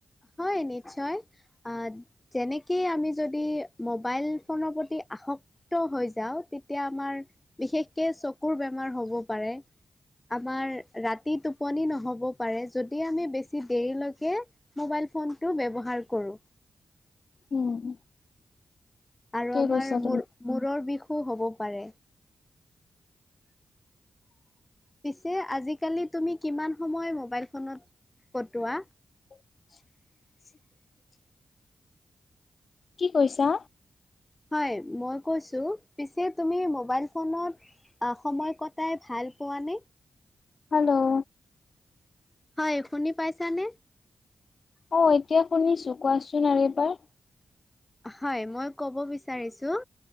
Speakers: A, on the left (about 15°); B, on the left (about 55°).
A: হয় নিশ্চয়, আ' যেনেকে আমি যদি ম'বাইল ফোনৰ প্ৰতি আসক্ আসক্ত হৈ যাওঁ, তেতিয়া আমাৰ বিশেষকে চকুৰ বেমাৰ হ'ব পাৰে। আমাৰ ৰাতি টোপনি নহ'ব পাৰে, যদি আমি বেছি দেৰিলৈকে ম'বাইল ফো ফোনটো ব্যৱহাৰ কৰোঁ।
B: উম।
A: আৰু
B: কি
A: আমাৰ
B: কৈছা তুমি
A: মূৰ-মূৰৰ বিষো হ'ব পাৰে। পিছে আজিকালি তুমি কিমান সময় ম'বাইল ফোনত কটোৱা?
B: <inaudible> কি কৈছা?
A: হয়, মই কৈছোঁ, পিছে তুমি ম'বাইল ফোনত সময় কটাই ভাল ভাল পোৱা নে?
B: হেল্ল'
A: হয়, শুনি পাইছানে?
B: অ', এতিয়া শুনিছোঁ, কোৱাচোন আৰু এবাৰ।
A: হয়, মই ক'ব বিচাৰিছোঁ,